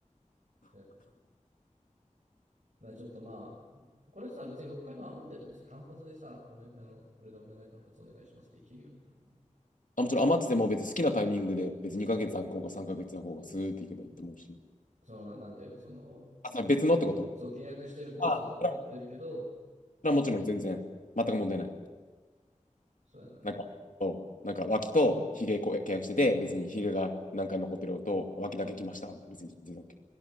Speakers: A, on the right; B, on the left.
A: それだからちょっとまあ、これさ、別に6回分余っててもさ、単発でさ、おね、あの、これでお願い単発お願いしますっていけるよね、多分ね。
B: あ、もちろん余ってても別に好きなタイミングで、別に2ヶ月空こうか3ヶ月空こうか、スーっていけばいいと思うし。
A: その、な、なんていうの、その、
B: あ、それ別のってこと
A: そう、契約してるコースが残ってるけど、
B: ああ、それはそれはもちろん全然、全く問題ない。
A: そうやんね。
B: なんか、そう、なんか脇とひげこ契約してて、別にひげが何回も残ってるのと、脇だけ来ました。別に全然 OK。